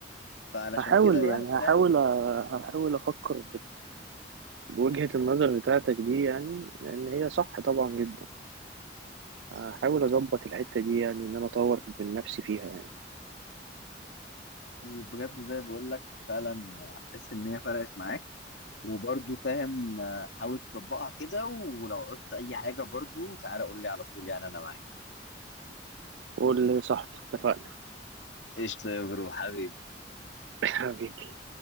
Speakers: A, on the left; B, on the right.
A: فعلشان
B: هحاول
A: كده الواحد
B: يعني
A: فاهم
B: هحاول أ- هحاول افكر بوجهة النظر بتاعتك دي يعني لأن هي صح طبعا جدا هحاول أظبط الحتة دي يعني إن أنا أطور من نفسي فيها يعني
A: وبجد زي بقول لك فعلا هتحس ان هي فرقت معاك وبرضو فاهم آه، حاول تطبقها كده ولو عوزت اي حاجه برضو تعالى قول لي على طول يعني انا معاك
B: قول لي يا صاحبي اتفقنا
A: قشطه يا برو حبيبي
B: <laughs> حبيبي